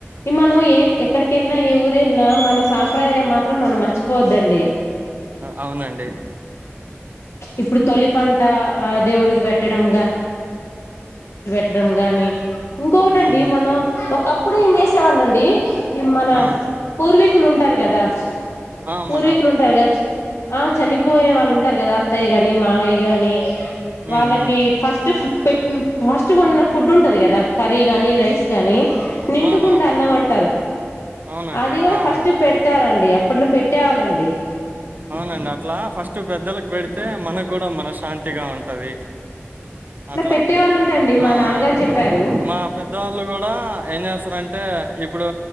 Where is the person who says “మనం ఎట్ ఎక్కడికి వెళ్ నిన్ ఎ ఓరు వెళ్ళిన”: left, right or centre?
Left